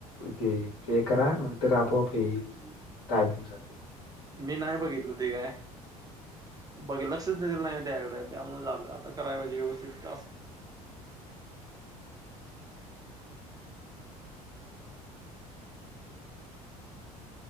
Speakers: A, on the left (about 60°); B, on the right (about 20°).
A: ते प्ले करा, नंतर आपोआप येईल टायपिंगसाठी.
B: मी नाही बघितलं ते काय. बघितलं लक्षच दिल नाही मी त्याकड त्यामुळे झालं, आता कराय पायजे व्यवस्थित.